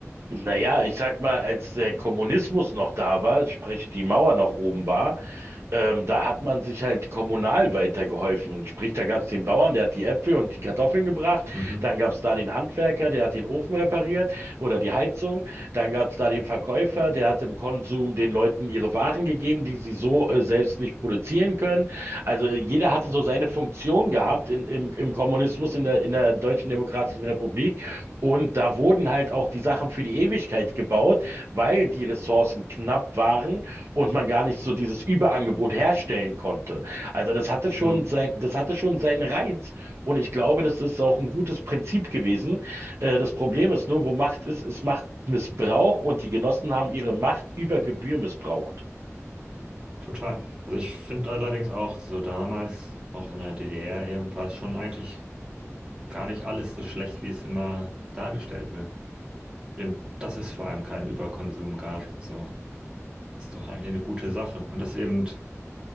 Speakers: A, on the right (about 60°); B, on the right (about 20°).
A: Naja, ich sag mal, als der Kommunismus noch da war, sprich die Mauer noch oben war, ähm, da hat man sich halt kommunal weitergeholfen. Sprich, da gab's den Bauern, der hat die Äpfel und die Kartoffeln gebracht.
B: Mhm.
A: Dann gab's da den Handwerker, der hat den Ofen repariert oder die Heizung. Dann gab's da den Verkäufer, der hat im Konsum den Leuten ihre Waren gegeben, die sie so äh, selbst nicht produzieren können. Also äh, jeder hatte so seine Funktion gehabt in, im, im Kommunismus, in der, in der Deutschen Demokratischen Republik. Und da wurden halt auch die Sachen für die Ewigkeit gebaut, weil die Ressourcen knapp waren und man gar nicht so dieses Überangebot herstellen konnte. Also das hatte schon
B: Ja,
A: sein, das hatte schon seinen Reiz und ich glaube, das ist auch ein gutes Prinzip gewesen. Äh, das Problem ist nur, wo Macht ist, ist Machtmissbrauch und die Genossen haben ihre Macht über Gebühr missbraucht.
B: total. Also ich finde allerdings auch so damals, auch in der DDR eben, war es schon eigentlich gar nicht alles so schlecht, wie es immer dargestellt wird. Eben, dass es vor allem keinen Überkonsum gab, so ist doch eigentlich eine gute Sache. Und dass eben